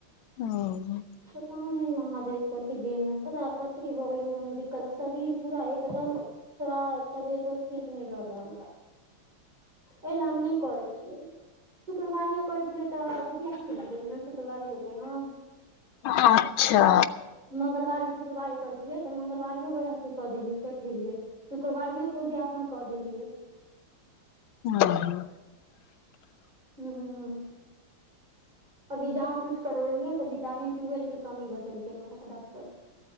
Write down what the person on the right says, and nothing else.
पता नै महादेव कथी देहमे पता ये पथरी भऽ गेलै उहो में दिक्कत शरीर पूरा एकदम थोड़ा तबियतो ठीक नै लगै हमरा एहिले हम नै करै छियै। शुक्रवारियो करै छलै तऽ ओद्यापन बिना शुक्रवारियो के हां
मंगलवारी शुक्रवारी करथियै तऽ मंगलवारियो अथी कऽ देलियै सोएप देलियै। शुक्रवारियो के उद्यापन कऽ देलियै।
हूॅं अभी जहां कुछ करवेलियै तऽ विटामिन टुवेल्व के कमी बतेलकै हमरा डॉक्टर